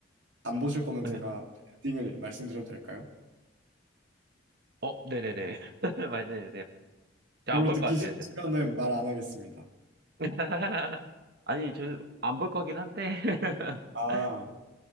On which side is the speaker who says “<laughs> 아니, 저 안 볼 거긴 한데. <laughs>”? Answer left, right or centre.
Right